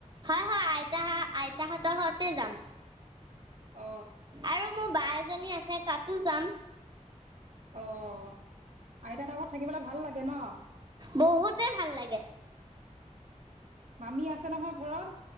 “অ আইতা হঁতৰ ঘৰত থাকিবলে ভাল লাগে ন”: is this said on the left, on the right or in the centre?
Right